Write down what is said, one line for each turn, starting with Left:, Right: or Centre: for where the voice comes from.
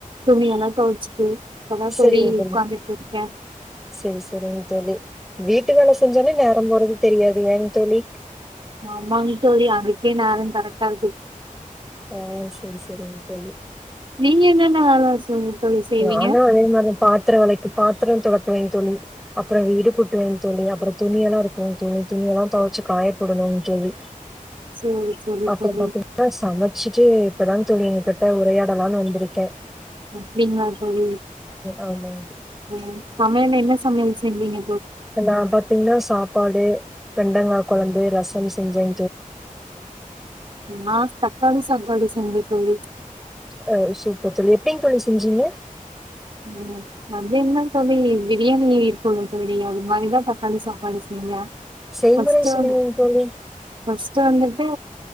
Right: துணியல்லாம் தொவச்சுட்டு இப்பத தோலி
Centre: சரிங் தோழி.
Right: உக்காந்திட்டுர்கே
Centre: சரி சரிங்க தோலி வீட்டு வேல செஞ்ச ன்ன நேரம் போறது தெரியாது ஏன் தோலி
Right: அமாங்க தோலி அதுக்கே நேரம் கரக்ட
Centre: ஓ சரி சரிங்க தோலி
Right: நீங்க என்னென்ன வேல தோழி செய்வீங்க
Centre: ந தான் அதே மாதிரி பாத்திரம் வெளக்கி பாத்திரம் தொலக் <unintelligible> தோலி அப்புறம் வீடு குட்டுவேன்னு தோழி அப்புறம் துணியெல்லாம் இருக்குங்க துணி துணியெ எல்லா துவைச்சு காயப்படணும்னு தோழி
Right: சரி சரி
Centre: பாத்ரம்
Right: தோழி
Centre: பாத்தின சமைச்சு சு இப்பதான் தோழி உங்கிட்ட உரையாடலாம்னு வந்திருக்கேன்
Right: உம் அப்படிங்களா தோழி
Centre: ஆமா
Right: உம் சமையல் என்ன சமையல் இல்லிங்க
Centre: எல்லா பாத் தீங்கான சாப்பாடு பெண்டங்கா குழம்பு ரசம் செஞ்ச
Right: நா தச்காளி தக்காளி செஞ்சே தோழி
Centre: அஹ சூப்பர் தோழி எப்படிங் தோழி செஞ்சீங்க
Right: உம் மதியான தோழி பிரியாணி இருக்குல்ல தோழி அது மாதிரிதான் தக்காளி சாப்பாடு செய்ங்க
Centre: செய்முறை
Right: ஃபஸ்ட்
Centre: சொல்லுங்கங்க
Right: வந்
Centre: தோழி.
Right: ஃபஸ் ச வந்துட்டு